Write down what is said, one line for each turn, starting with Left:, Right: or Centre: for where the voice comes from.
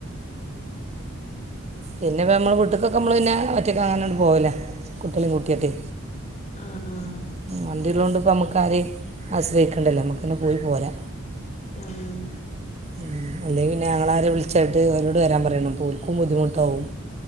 Right: പിന്നെ നമ്മള് വീട്ട് ക്കൊക്കെ നമ്മള് പിന്നെ ഒറ്റക്കെ അങ്ങാനട്ട് പോവലാ കുട്ടികളെം കൂട്ടിയാട്ട്
Left: ആഹ് ആഹ്
Right: വണ്ടിയ ഉള്ളതു കൊണ്ട് ഇപ്പോം നമുക്കാരെയ ആശ്രയിക്കേണ്ടല്ലേ നമുക്കന്നെ പോയി പോരാ
Left: ആഹ്
Right: ഉം അല്ലെ പിന്നെ അങ്ങളരെ വിളിച്ചാട്ട് അവരോട് വരാൻ പറയണം അപ്പോ ഓല്ക്കും ബുദ്ധിമുട്ടാവും